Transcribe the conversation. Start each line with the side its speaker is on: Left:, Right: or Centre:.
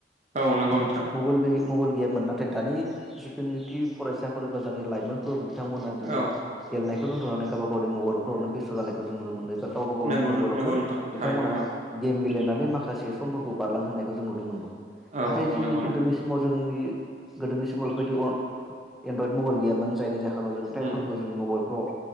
Right: औ नंगौ नोंथां
Centre: मबाइल गैयै मबाइल गैयामोन नाथाय दानि जिथुनिखि फरायसाफोर बा जा नि लाइमोन बिथांमोना दिनै
Right: औ
Centre: गेलेनाय दोनथ'नानै गब गाव मबलफोरावनो बेस्थ' जानायखौनो नुनो मोननाय जादो। गावबा गावनि
Right: नंगौ
Centre: मबाइलावनो
Right: नंगौ नोंथां थारैनो
Centre: बिथांमोना
Right: औ
Centre: गेम गेलेनानै माखासे समफोरखौ बारलांहोनायखौ जों नुनो मोनदों।
Right: औ
Centre: नाथाय
Right: औ
Centre: जोंनि
Right: नंगौ
Centre: गोदोनि
Right: नोंथां
Centre: समाव जोंनि गोदोनि समाव बेफोरबादि अन एनड्रयद मबाइल गैयामोन जायनि जा नाव जों टाइमफोरखौ
Right: उम
Centre: जों मबाइलफ्राव